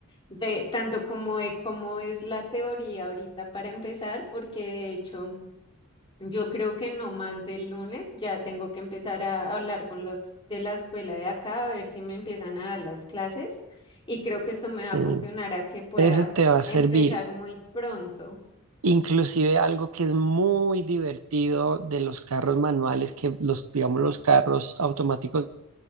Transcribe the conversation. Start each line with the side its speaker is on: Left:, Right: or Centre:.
Left: de tanto como de cómo es la teoría ahorita para empezar, porque de hecho yo creo que no más del lunes ya tengo que empezar a hablar con los de la escuela de acá a ver si me empiezan a dar las clases y creo que esto me
Right: Sí,
Left: va a funcionar a que pueda
Right: eso te va a servir.
Left: empezar muy pronto.
Right: Inclusive algo que es muy divertido de los carros manuales, que los, digamos, los carros automáticos